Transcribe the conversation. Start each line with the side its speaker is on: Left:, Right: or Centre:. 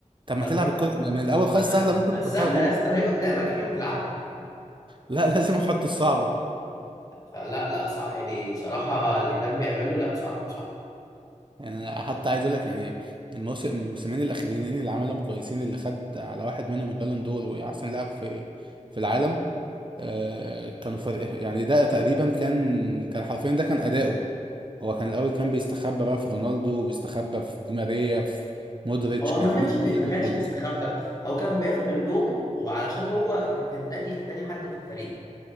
Right: طب ما
Left: طب
Right: تلعب
Left: ما
Right: الكرة من من الاول خالص
Left: ما
Right: سهله ممكن
Left: ما
Right: تحطها
Left: السهله
Right: جون
Left: يا اسطى هي قدامك هي ما تلعبها
Right: لا لازم احط الصعبه
Left: فلا لا صعب يعني صراحه اللي كان بيعمله لا صعب صعب
Right: يعني أنا حتى عايز اقول لك يعني الموسم الموسمين الاخرين اللي عملهم كويسين اللي خد على واحد منهم البالون دور واحسن لاعب في في العالم آه كانوا فرق يعني ده تقريبا كان كان حرفيا ده كان اداؤه هو كان الاول كان بيستخبى بقى في رونالدو بيستخبى في دي ماريا في مودريتش
Left: هو
Right: كانت
Left: ما كانش
Right: الناس دي
Left: بي...
Right: كلها
Left: ما كانش
Right: بتخلص
Left: بيستخبى هو كان بياخد اللوم وعلشان هو كان تاني تاني حد في الفريق